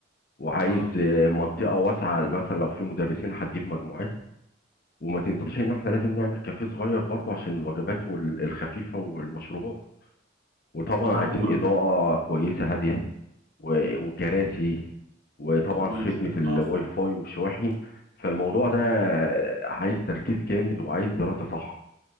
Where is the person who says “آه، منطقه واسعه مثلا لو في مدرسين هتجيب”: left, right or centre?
Left